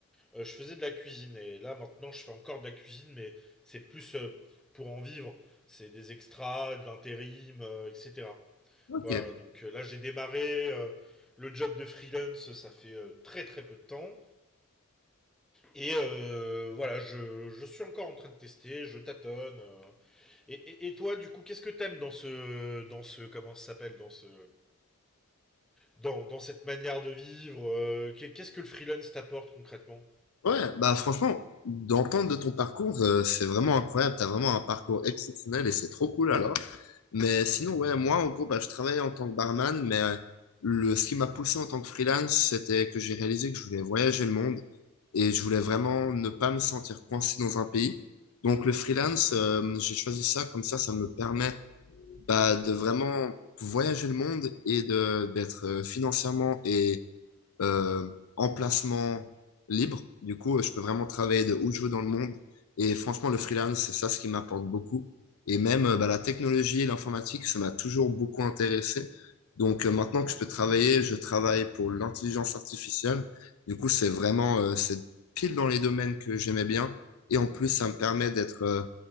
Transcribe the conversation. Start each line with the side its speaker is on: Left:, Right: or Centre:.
Centre: euh, je faisais de la cuisine et là maintenant je fais encore de la cuisine, mais c'est plus euh, pour en vivre. C'est des extras, de l'intérim, euh, etc.
Left: Ok.
Centre: Voilà, donc euh, là j'ai démarré euh, le job de freelance, ça fait euh, très très peu de temps. Et euh, voilà, je, je suis encore en train de tester, je tâtonne. euh. Et, et- et toi, du coup, qu'est-ce que t'aimes dans ce, dans ce, comment ça s'appelle, dans ce, dans, dans cette manière de vivre euh, qu'est- Qu'est-ce que le freelance t'apporte concrètement
Left: Ouais, bah franchement, d'entendre de ton parcours, euh, c'est vraiment incroyable. T'as vraiment un parcours exceptionnel et c'est trop cool alors. Mais sinon, ouais, moi, en gros, bah, je travaillais en tant que barman, mais euh, le, ce qui m'a poussé en tant que freelance, c'était que j'ai réalisé que je voulais voyager le monde et je voulais vraiment ne pas me sentir coincé dans un pays. Donc, le freelance, euh, j'ai choisi ça, comme ça, ça me permet bah, de vraiment voyager le monde et de d'être euh, financièrement et euh, emplacement libre. Du coup, euh, je peux vraiment travailler de où je veux dans le monde. Et franchement, le freelance, c'est ça ce qui m'apporte beaucoup. Et même euh, bah, la technologie et l'informatique, ça m'a toujours beaucoup intéressé. Donc euh, maintenant que je peux travailler, je travaille pour l'intelligence artificielle. Du coup, c'est vraiment, euh, c'est pile dans les domaines que j'aimais bien. Et en plus, ça me permet d'être, euh,